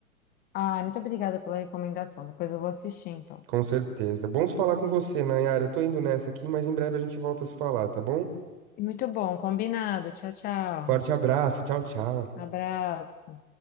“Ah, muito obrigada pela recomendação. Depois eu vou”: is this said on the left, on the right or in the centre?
Left